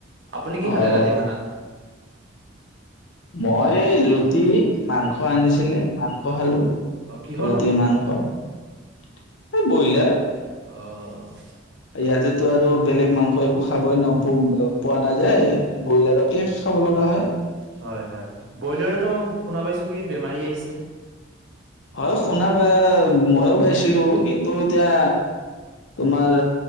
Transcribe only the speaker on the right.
আপুনি কি
খালে ৰাতি খানাত?
অ কিহৰ
অ' অ'
হয়, হয় ব্ৰইলাৰতো মই শুনা পাইছোঁ কি বেমাৰী আহিছে।